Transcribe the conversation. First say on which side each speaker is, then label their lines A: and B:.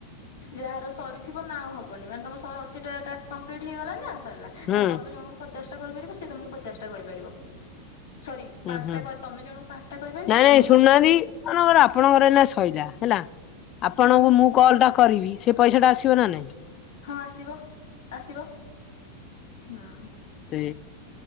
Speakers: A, on the left; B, on the left.
A: ଯାହାର ସରିଥିବ ନା ଆଉ ହବନି ମାନେ ତମ ଶହେ ଅଶୀଟା ଟାସ୍କ କମ୍ପ୍ଲିଟ ହେଇଗଲା ନା ସରଲା।
B: ହୁଁ
A: ମାନେ ତମେ ଜଣଙ୍କୁ ପଚାଶ ଟା କରିପାରିବ ସେ ତମକୁ ପଚାଶ ଟା କରିପାରିବ ସରି। ପାଞ୍ଚଟା
B: ହୁଁ ହୁଁ
A: ତମେ ଜଣଙ୍କୁ ପାଞ୍ଚଟା କରିପାରିବ
B: ନାଇଁ
A: ସେ
B: ନାଇଁ
A: ତମକୁ
B: ଶୁଣୁନାହାନ୍ତି
A: ପାଞ୍ଚଟା କରିପାରିବ
B: ମନେକର ଆପଣଙ୍କର ଏଇନା ଶଇଲା ହେଲା ଆପଣଙ୍କୁ
A: ହୁଁ
B: ମୁଁ କଲ୍ ଟା କରିବି ସେ ପଇସା ଟା ଆସିବ ନା ନାଇଁ?
A: ହଁ ଆସିବ ଆସିବ ହୁଁ।
B: ସେ